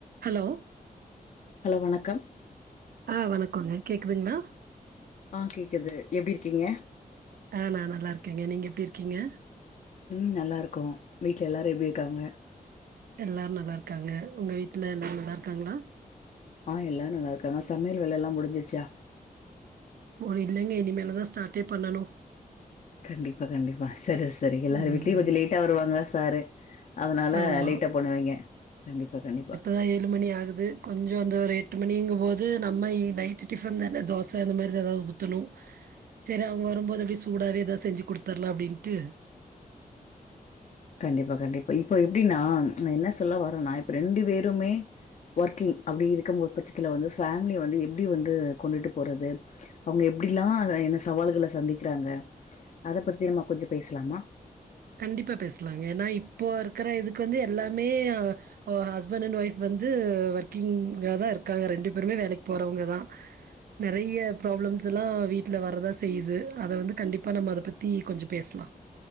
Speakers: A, on the right; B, on the left.
A: Hello
B: hello வணக்கம்
A: ஆ வணக்கங்க கேக்குதுங்களா
B: ஆஹ் கேக்குது எப்படி இருக்கீங்க
A: ஆ நா நல்லாருக்கேங்க நீங்கள் எப்டி இருக்கீங்க
B: ம் நல்லா இருக்கோ வீட்ல எல்லாரு எப்டி இருக்காங்க
A: எல்லோரு நல்லாருக்காங்க உங்க வீட்ஐ எல்லாரு நல்லாருக்காங்களா
B: ஆ எல்லாரு நல்லா இருக்காங்க சமையல் வேலை எல்லாம் முஞ்சுச்சா
A: ஒரு இலைங்க இனிமேல் தா ஸ்டார்ட்டே பண்ணணு
B: கண்டிப்பா கண்டிப்பா சரி சரி எல்லாரும்
A: ம்
B: வீட்லயு கொஞ்சம் லேட்டா வருவாங்கள சாரு அதனால
A: ஆமா
B: லேட்டா பண்ணுவைங்க கண்டிப்பா கண்டிப்பா
A: இதா ஏழு மணி ஆகுது கொஞ்சம் அந்த ஒரு எட்டு மணிங்கும்போது நம்ம நைட்டு டிஃபன் தான தோசை இந்தந்த மாதிரி ஏதாவது ஊற்றணும் சேரி அவங்க வரும்போது அப்டியே சூடாவே எதாது செஞ்சு குடுத்தட்லா அப்டின்ட்டு
B: கண்டிப்பா கண்டிப்பா இப்ப எப்டின்னா நா என்ன சொல்ல வரேன்னா இப்ப ரெண்டு பேருமே ஒர்க்கிங் அப்டி இருக்குபோ பட்சத்துல வந்து ஃபேமிலிய வந்து எப்டி வந்து கொண்டுட்டு போறது அவங்க எப்படிலா என்ன சவால்கள சந்திக்கிறாங்க அத பத்தி நம்ம கொஞ்சோ பேசலாமா
A: கண்டிப்பா பேசலாங்க ஏன்னா இப்போ இருக்கிற இதுக்கு வந்து எல்லாமே ஒ ஹஸ்பண்ட் அண்ட் ஒய்ஃப் வந்து ஒர்க்கிங்காதா இருக்காங்க ரெண்டு பேருமே வேலைக்கு போறவங்கதா நெறைய ப்ராப்ளம்ஸ் எல்லா வீட்ல வரதா செய்யுது அத வந்து கண்டிப்பா நம்ம அத பத்தி கொஞ்சோ பேசலா